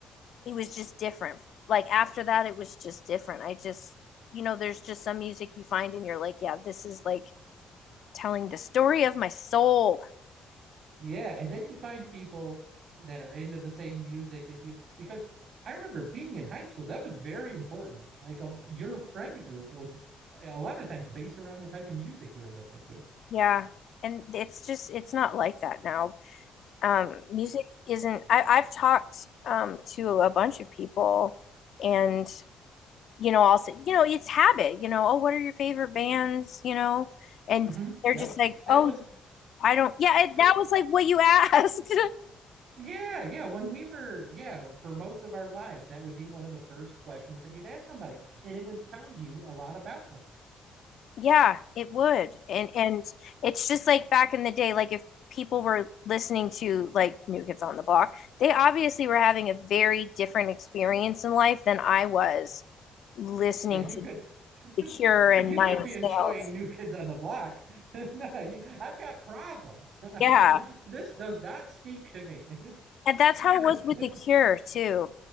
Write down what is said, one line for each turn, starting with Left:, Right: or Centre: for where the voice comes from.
Left: it was just different. Like after that, it was just different. I just, you know, there's just some music you find and you're like, yeah, this is like telling the story of my soul
Right: Yeah, and then you find people that are into the same music as you because I remember being in high school, that was very important. Like um, your friend group was a lot of times based around the type of music you were listening to.
Left: Yeah. And it's just it's not like that now. Um, music isn't I, I've talked um to a bunch of people and you know, I'll say, you know, it's habit, you know, oh, what are your favorite bands, you know? And
Right: Mm-hmm.
Left: they're
Right: Yep.
Left: just like,
Right: That
Left: oh,
Right: was
Left: I don't, yeah, it,
Right: for
Left: that was like what you asked. <laughs>
Right: yeah, yeah, when we were yeah, for most of our lives, that would be one of the first questions that you'd ask somebody, and it would tell you a lot about them.
Left: Yeah, it would. And and it's just like back in the day, like if people were listening to like New Kids on the Block, they obviously were having a very different experience in life than I was listening
Right: Yeah, you
Left: to
Right: could.
Left: The Cure
Right: <laughs>
Left: and
Right: you
Left: Nine
Right: can't
Left: Inch
Right: be enjoying
Left: Nails.
Right: New Kids on the Block. <laughs> no, you, I've got problems. <laughs> I've
Left: Yeah.
Right: got, this does not speak to me. <laughs>
Left: And that's how it was with The Cure too.